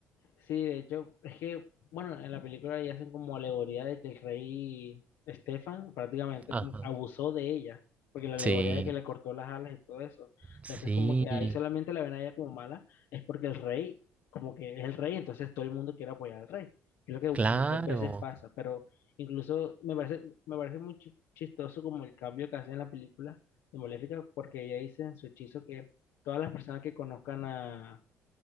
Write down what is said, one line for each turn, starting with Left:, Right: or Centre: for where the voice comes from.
Left: Sí, de hecho, es que, bueno, en la película ya hacen como alegoría de que el rey Estefan prácticamente
Right: Ajá.
Left: como que abusó de ella, porque la alegoría
Right: Sí,
Left: de que le cortó las alas y todo eso. Entonces,
Right: sí,
Left: como que ahí solamente la ven a ella como mala, es porque el rey, como que es el rey, entonces todo el mundo quiere apoyar al rey. Es lo que
Right: claro.
Left: muchas veces pasa, pero incluso me parece, me parece muy chi- chistoso como el cambio que hace en la película de Maléfica, porque ella dice en su hechizo que todas las personas que conozcan a